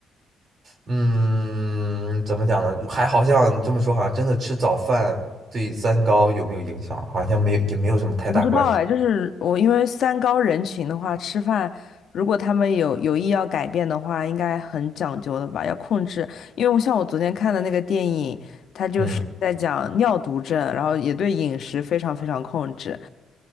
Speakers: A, on the right (about 45°); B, on the left (about 65°).
A: 嗯，怎么讲呢？还好像你这么说，好像真的吃早饭对三高有没有影响，好像没有，也没有什么太大关系。
B: 我不知道哎，就是我因为三高人群的话，吃饭如果他们有有意要改变的话，应该很讲究的吧，要控制。因为我像我昨天看的那个电影，它就是在讲尿毒症，
A: 嗯
B: 然后也对饮食非常非常控制。